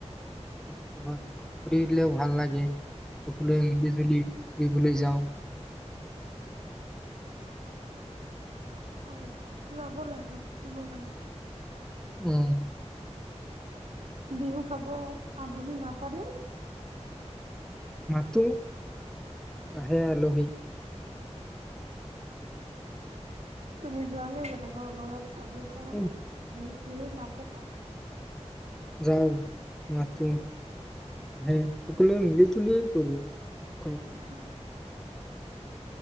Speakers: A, in the centre; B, on the right (about 70°).
A: ফ <unintelligible> ভাল লাগে সকলোৱে মিলি জুলি ফুৰিবলৈ যাওঁ
B: হয় যাব লাগে ফুৰিব লাগে
A: উম
B: বিহু খাব আলহী মাতানে
A: মাতো আহে আলহী
B: তুমি যোৱা নে বেলেগৰ ঘৰত খাবৰ কাৰণে
A: উম,
B: বিহু তিহু মাতেনে
A: যাও মাতো আহে সকলোৱে মিলি তুলিয়েই কৰো উৎসৱ
B: হ <inaudible>